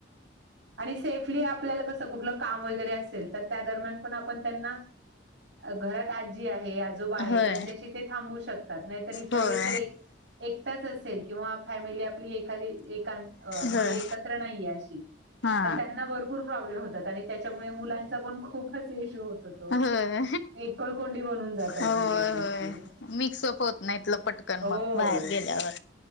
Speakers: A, on the right; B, on the left.
A: आणि सेफली आपल्याला क कु का वरे असेल तर त्या दरम्यान पण आपण त्यांना घरात आजी आहे जो आहे
B: होय.
A: त्यांच्याशी ते थांबू शकतात नाहीतर इतर
B: होय.
A: वेळेस जर एक एकताच असेल किंवा फॅमिली आपली एखादी एक म्हणजे
B: होय.
A: एकत्र नाहीये अशी
B: हा.
A: तर त्यांना भरपूर प्रॉब्लेम होतात आणि त्याच्यामुळे मुलांचा पण खूपच इश्यू होतो तो.
B: होय
A: एकलकोंडी बनून जातात
B: होय
A: मुलं ती
B: होय
A: अशी.
B: मिक्सअप होत ना इतलं पट ण
A: हो.
B: मग बाहेर गेल्यावर